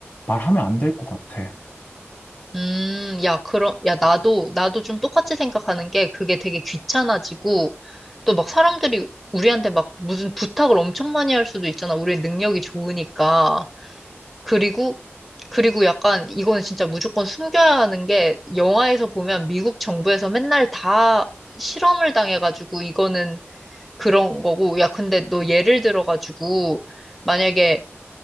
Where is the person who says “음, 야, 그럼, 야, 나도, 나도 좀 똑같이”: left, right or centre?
Centre